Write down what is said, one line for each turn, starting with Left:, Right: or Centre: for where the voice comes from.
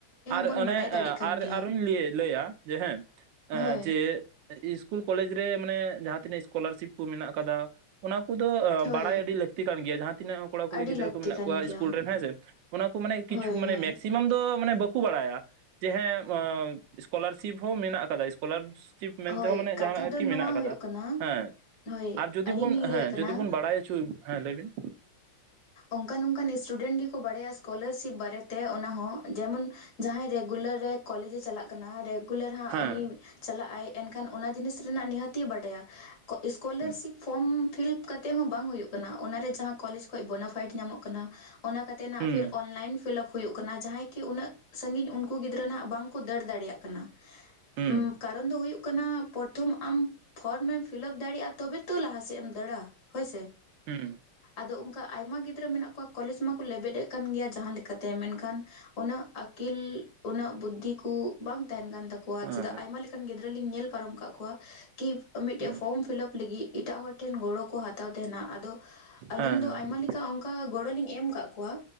Right: ᱟᱨ
Left: ᱵᱚᱱ
Right: ᱚᱱᱮ
Left: ᱵᱟᱰᱟᱭ ᱫᱟᱲᱮᱜ ᱠᱟᱱ
Right: ᱟᱨ
Left: ᱜᱮᱭᱟ
Right: ᱟᱨᱚᱧ ᱞᱟᱹᱭ ᱞᱟᱹᱭᱟ ᱡᱮ ᱦᱮᱸ ᱮᱸ
Left: ᱦᱳᱭ
Right: ᱡᱮ ᱤᱥᱠᱩᱞ ᱠᱚᱞᱮᱡᱽ ᱨᱮ ᱢᱟᱱᱮ ᱡᱟᱦᱟᱸ ᱛᱤᱱᱟᱹᱜ ᱥᱠᱚᱞᱟᱨᱥᱤᱯ ᱠᱚ ᱢᱮᱱᱟᱜ ᱠᱟᱫᱟ ᱚᱱᱟ ᱠᱚᱫᱚ
Left: ᱦᱳᱭ
Right: ᱵᱟᱲᱟᱭ ᱟᱹᱰᱤ ᱞᱟᱹᱠᱛᱤ ᱠᱟᱱ ᱜᱮᱭᱟ ᱡᱟᱦᱟᱸ ᱛᱤᱱᱟᱹᱜ ᱠᱚᱲᱟ ᱠᱩᱲᱤ
Left: ᱟᱹᱰᱤ
Right: ᱜᱤᱫᱽᱨᱟᱹ
Left: ᱞᱟᱹᱠᱛᱤ
Right: ᱠᱚ ᱢᱮᱱᱟᱜ
Left: ᱠᱟᱱ
Right: ᱠᱚᱣᱟ
Left: ᱜᱮᱭᱟ
Right: ᱤᱥᱠᱩᱞ ᱨᱮᱱ ᱦᱮᱸᱥᱮ ᱚᱱᱟ ᱠᱚ ᱢᱟᱱᱮ ᱠᱤᱪᱷᱩ
Left: ᱦᱳᱭ
Right: ᱢᱟᱱᱮ
Left: ᱦᱳᱭ
Right: <unintelligible> ᱢᱮᱥᱟ ᱥᱤᱢᱟᱢ ᱫᱚ ᱢᱟᱱᱮ ᱵᱟᱠᱚ ᱵᱟᱲᱟᱭᱟ ᱡᱮ ᱦᱮᱸ ᱥᱠᱚᱞᱟᱨᱥᱤᱯ ᱦᱚᱸ ᱢᱮᱱᱟᱜ ᱟᱠᱟᱫᱟ <unintelligible> ᱥᱠᱚᱞᱟᱨᱥᱤᱯ ᱥᱤᱯ
Left: ᱦᱳᱭ
Right: ᱢᱮᱱᱛᱮᱦᱚᱸ ᱢᱟᱱᱮ
Left: ᱠᱟᱛᱷᱟ
Right: ᱡᱟᱦᱱᱟᱜ
Left: ᱫᱚ
Right: ᱠᱤ
Left: ᱱᱚᱣᱟ
Right: ᱢᱮᱱᱟᱜ ᱟᱠᱟᱫᱟ
Left: ᱦᱩᱭᱩᱜ ᱠᱟᱱᱟ
Right: ᱦᱮᱸ
Left: ᱦᱳᱭ
Right: ᱟᱨ ᱡᱩᱫᱤ
Left: ᱟᱹᱞᱤᱧ
Right: ᱵᱚᱱ
Left: ᱞᱤᱧ ᱞᱟᱹᱭᱮᱫ
Right: ᱦᱮᱸ
Left: ᱠᱟᱱᱟ
Right: ᱡᱩᱫᱤ ᱵᱚᱱ ᱵᱟᱲᱟᱭ ᱦᱚᱪᱚ ᱦᱮᱸ ᱞᱟᱹᱭ ᱵᱤᱱ
Left: ᱚᱱᱠᱟᱱ ᱚᱱᱠᱟᱱ ᱤᱥᱴᱩᱰᱮᱱᱴ ᱜᱮᱠᱚ ᱵᱟᱲᱟᱭᱟ ᱥᱠᱚᱞᱟᱨᱥᱤᱯ ᱵᱟᱨᱮᱛᱮ ᱚᱱᱟᱦᱚᱸ ᱡᱮᱢᱚᱱ ᱡᱟᱦᱟᱸᱭ ᱨᱮᱜᱩᱞᱟᱨ ᱨᱮ ᱠᱚᱞᱮᱡᱽ ᱮ ᱪᱟᱞᱟᱜ ᱠᱟᱱᱟ ᱨᱮᱜᱩᱞᱟᱨ ᱦᱟᱸᱜ
Right: ᱦᱮᱸ
Left: ᱩᱱᱤ ᱪᱟᱞᱟᱜ ᱟᱭ ᱮᱱᱠᱷᱟᱱ ᱚᱱᱟ ᱡᱤᱱᱤᱥ ᱨᱮᱱᱟᱜ ᱱᱤᱦᱟᱹᱛ ᱵᱟᱰᱟᱭᱟ ᱥᱠᱚᱞᱟᱨᱥᱤᱯ
Right: ᱦᱩᱸ
Left: ᱯᱷᱚᱨᱢ ᱯᱷᱤᱞᱟᱯ ᱠᱟᱛᱮ ᱦᱚᱸ ᱵᱟᱝ ᱦᱩᱭᱩᱜ ᱠᱟᱱᱟ ᱚᱱᱟᱨᱮ ᱡᱟᱦᱟᱸ ᱠᱚᱞᱮᱽᱡ ᱠᱷᱚᱡ ᱵᱚᱱᱟ ᱯᱷᱟᱭᱤᱰ ᱧᱟᱢᱚᱜ ᱠᱟᱱᱟ ᱚᱱᱟ ᱠᱟᱛᱮ ᱱᱟᱜ
Right: ᱦᱩᱸ
Left: ᱯᱷᱤᱨ ᱚᱱᱞᱟᱭᱤᱱ ᱯᱷᱤᱞᱟᱯ ᱦᱩᱭᱩᱜ ᱠᱟᱱᱟ ᱡᱟᱦᱟᱸᱭ ᱠᱤ ᱩᱱᱟᱹᱜ ᱥᱟᱺᱜᱤᱧ ᱩᱱᱠᱩ ᱜᱤᱫᱽᱨᱟᱹ ᱱᱟᱦᱟᱜ ᱵᱟᱝᱠᱚ ᱫᱟᱹᱲ ᱫᱟᱲᱮᱭᱟᱜ ᱠᱟᱱᱟ
Right: ᱦᱩᱸ
Left: ᱩᱸ ᱠᱟ ᱠᱟᱨᱚᱱ ᱫᱚ ᱦᱩᱭᱩᱜ ᱠᱟᱱᱟ ᱯᱚᱨᱛᱷᱚᱢ ᱟᱢ ᱯᱷᱚᱨᱚᱢᱮᱢ ᱯᱷᱤᱞᱟᱯ ᱫᱟᱲᱮᱭᱟᱜᱼᱟ ᱛᱚᱵᱮ ᱛᱚ ᱞᱟᱦᱟ ᱥᱮᱫ ᱮᱢ ᱫᱟᱹᱲᱟ ᱦᱳᱭ ᱥᱮ
Right: ᱦᱩᱸ
Left: ᱟᱫᱚ ᱚᱱᱠᱟ ᱟᱭᱢᱟ ᱜᱤᱫᱽᱨᱟᱹ ᱢᱮᱱᱟᱜ ᱠᱚᱣᱟ ᱠᱚᱞᱮᱡᱽ ᱢᱟᱠᱚ ᱞᱮᱵᱮᱫ ᱮᱫ ᱠᱟᱱ ᱜᱮᱭᱟ ᱡᱟᱦᱟᱸ ᱞᱮᱠᱟᱛᱮ ᱢᱮᱱᱠᱷᱟᱱ ᱩᱱᱟᱹᱜ ᱟᱹᱠᱤᱞ ᱩᱱᱟᱹᱜ ᱵᱩᱫᱽᱫᱷᱤ <unintelligible> ᱠᱚ ᱠᱩ ᱵᱟᱝ ᱛᱟᱦᱮᱱ ᱠᱟᱱ ᱛᱟᱠᱚᱣᱟ
Right: ᱦᱮᱸ
Left: ᱪᱮᱫᱟᱜ ᱟᱭᱢᱟ ᱞᱮᱠᱟᱱ ᱜᱤᱫᱽᱨᱟᱹ ᱞᱤᱧ ᱧᱮᱞ ᱯᱟᱨᱚᱢ ᱠᱟᱜ ᱠᱚᱣᱟ ᱠᱤ ᱢᱤᱫᱴᱮᱡ
Right: ᱦᱮᱸ
Left: ᱯᱷᱚᱨᱚᱢ ᱯᱷᱤᱞᱟᱯ ᱞᱟᱹᱜᱤᱫ ᱮᱴᱟᱜ ᱦᱚᱲ ᱴᱷᱮᱱ ᱜᱚᱲᱚ ᱠᱚ ᱦᱟᱛᱟᱣ ᱛᱟᱦᱮᱱᱟ ᱟᱫᱚ ᱟᱞᱤᱧ
Right: ᱦᱮᱸ
Left: ᱫᱚ ᱟᱭᱢᱟ
Right: ᱦᱮᱸ
Left: <unintelligible> ᱞᱤᱧ ᱠᱟ ᱚᱱᱠᱟ ᱜᱚᱲᱚᱞᱤᱧ ᱮᱢ ᱠᱟᱜ ᱠᱚᱣᱟ